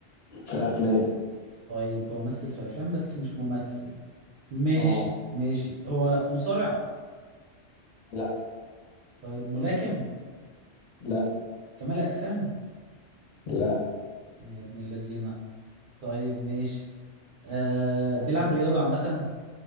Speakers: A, on the left; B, on the right.
A: في افلام
B: طيب هو مثل في افلام بس مش ممثل ماشي
A: اه
B: ماشي هو مصارع
A: لا
B: طيب ملاكم
A: لا
B: كمال اجسام
A: لا
B: يا ابن اللذينه طيب ماشي آه بيلعب رياضة عامة